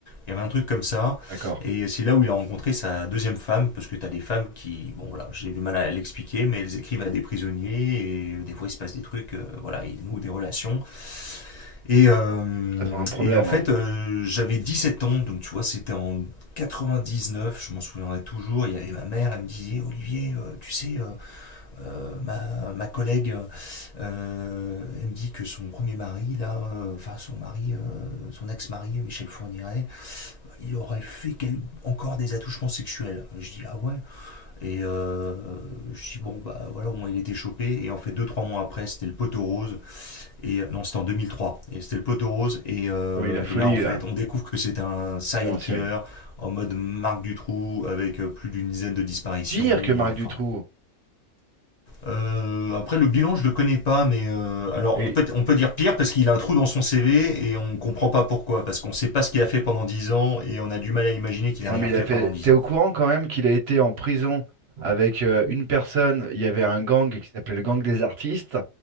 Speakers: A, on the left; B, on the right.
A: Il y avait un truc comme ça.
B: D'accord.
A: Et c'est là où il a rencontré sa deuxième femme, parce que tu as des femmes qui, bon voilà, j'ai du mal à l'expliquer, mais elles écrivent à des prisonniers, et euh, des fois il se passe des trucs, euh, voilà, ils nouent des relations. Et, euh,
B: Elles ont un problème,
A: et en fait,
B: hein.
A: euh, j'avais 17 ans, donc tu vois, c'était en 99, je m'en souviendrai toujours. Il y avait ma mère, elle me disait Olivier, euh, tu sais, euh, euh, ma, ma collègue, euh, elle me dit que son premier mari, là, euh, enfin son mari, euh, son ex-mari, Michel Fourniret, il aurait fait quel- encore des attouchements sexuels. Je dis Ah ouais Et euh, je dis Bon, bah voilà, au moins il était chopé. Et en fait, deux, trois mois après, c'était le poteau rose. Et euh, non, c'était en 2003. Et c'était le poteau rose. Et, euh,
B: Oui, la folie,
A: et là, en fait,
B: là.
A: on découvre que c'est un serial
B: Tueur en série.
A: killer en mode Marc Dutroux avec euh, plus d'une dizaine de disparitions.
B: Pire
A: euh,
B: que Marc
A: Enfin.
B: Dutroux.
A: Euh, après, le bilan, je le connais pas, mais euh, alors
B: Oui,
A: on peut, on peut dire pire parce qu'il a un trou dans son CV et on comprend pas pourquoi. Parce qu'on sait pas ce qu'il a fait pendant 10 ans et on a du mal à imaginer qu'il
B: Non,
A: a rien
B: mais il
A: fait
B: a fait.
A: pendant dix
B: T'es au
A: ans.
B: courant quand même qu'il a été en prison avec euh, une personne. Il y avait un gang qui s'appelait le gang des artistes